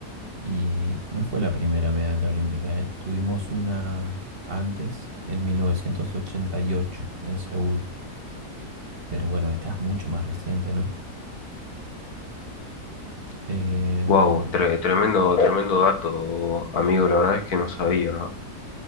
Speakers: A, on the right; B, on the left.
A: y no fue la primera medalla olímpica, ¿eh? Tuvimos una antes en 1988 en Seúl, pero bueno, esta es mucho más reciente, ¿no? Em,
B: Wow, tremendo, tremendo dato, amigo. La verdad es que no sabía. ¿no?